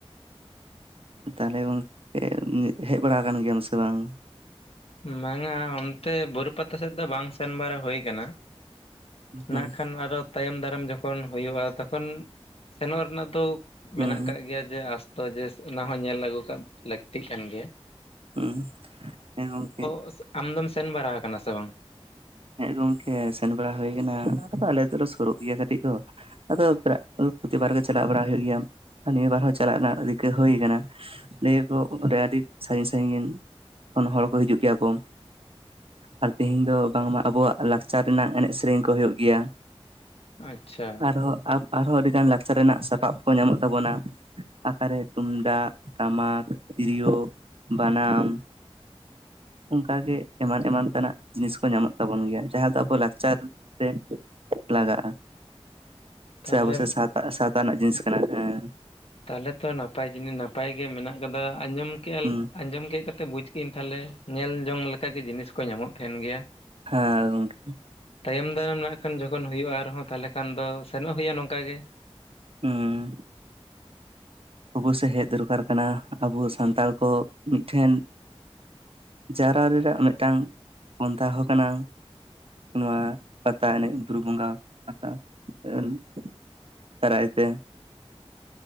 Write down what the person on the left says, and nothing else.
ᱵᱟᱝᱼᱟ ᱚᱱᱛᱮ ᱵᱩᱨᱩ ᱯᱟᱛᱟ ᱥᱮᱫ ᱫᱚ ᱵᱟᱝ ᱥᱮᱱ ᱵᱟᱲᱟ ᱦᱩᱭ ᱠᱟᱱᱟ᱾
ᱱᱟᱜᱼᱠᱷᱟᱱ ᱟᱨᱚ ᱛᱟᱭᱚᱢ ᱫᱟᱨᱟᱢ ᱡᱚᱠᱷᱚᱱ ᱦᱩᱭᱩᱜᱼᱟ, ᱛᱚᱠᱷᱚᱱ ᱥᱮᱱᱚᱜ ᱨᱮᱱᱟᱜ ᱫᱚ
ᱢᱮᱱᱟᱜ ᱠᱟᱜ ᱜᱮᱭᱟ ᱡᱮ ᱟᱥ ᱛᱚ ᱡᱮ ᱚᱱᱟ ᱦᱚᱸ ᱧᱮᱞ ᱟᱹᱜᱩ ᱠᱫ ᱞᱟᱹᱠᱛᱤᱜ ᱠᱟᱱ ᱜᱮᱭᱟ᱾
ᱩᱥ ᱟᱢᱫᱢ ᱥᱮᱱ ᱵᱟᱲᱟ ᱠᱟᱱᱟ ᱥᱮ ᱵᱟᱝ?
ᱟᱪᱪᱷᱟ
ᱛᱟᱦᱚᱞᱮ
ᱛᱟᱦᱚᱞᱮ ᱛᱚ ᱱᱟᱯᱟᱭ ᱡᱤᱱᱤᱥ ᱱᱟᱯᱟᱭ ᱜᱮ ᱢᱮᱱᱟᱜ ᱠᱟᱫᱟ, ᱟᱸᱡᱚᱢ ᱠᱮᱜᱼᱟ
ᱟᱸᱡᱚᱢ ᱠᱮᱫ ᱠᱟᱛᱮ ᱵᱩᱡ ᱠᱤᱱ ᱛᱟᱦᱚᱞᱮ ᱧᱮᱞ ᱡᱚᱝ ᱞᱮᱠᱟᱜᱮ ᱡᱤᱱᱤᱥ ᱠᱚ ᱧᱟᱢᱚᱜ ᱛᱟᱦᱮᱸᱱ ᱜᱮᱭᱟ᱾
ᱛᱟᱭᱚᱢ ᱫᱟᱨᱟᱢ ᱱᱟᱜᱼᱠᱷᱟᱱ ᱡᱚᱠᱷᱚᱱ ᱦᱩᱭᱩᱜᱼᱟ ᱟᱨᱦᱚᱸ ᱛᱟᱦᱚᱞᱮ ᱠᱷᱟᱱ ᱫᱚ ᱥᱮᱱᱚᱜ ᱦᱩᱭᱩᱜᱼᱟ ᱱᱚᱝᱠᱟ ᱜᱮ᱾